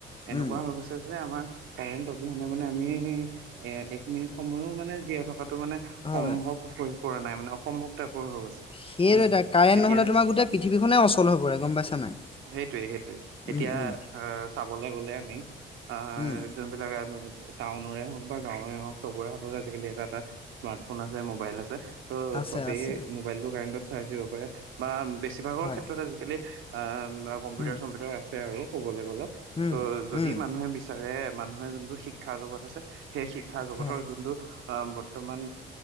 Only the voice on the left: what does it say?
উম।
হয়
সেইয়টো
এতিয়া কাৰেণ্ট
নহলে তোমাৰো গোটেই পৃথিৱীনে অচল হৈ পৰে গম পাইচা নাই।
উম, উম,
উম,
আছে
আছে
হয়
উম,
উম,
উম,
হয়